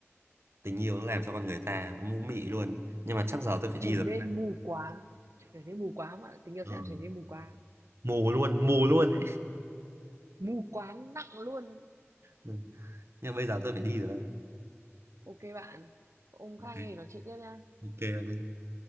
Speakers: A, on the right (about 55°); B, on the right (about 75°).
A: tình yêu nó làm cho con người ta mũ mị luôn nhưng mà chắc giờ tôi phải
B: trở
A: đi rồi
B: nên mù quáng trở nên mù quáng bạn ạ. tình yêu
A: ừ.
B: sẽ làm trở nên mù quáng
A: mù luôn mù luôn đấy
B: mù quáng nặng luôn
A: ừ. nhưng mà bây giờ tôi phải đi rồi bạn ạ.
B: ok bạn ông Khang
A: ok
B: ơi nói chuyện tiếp nha
A: ok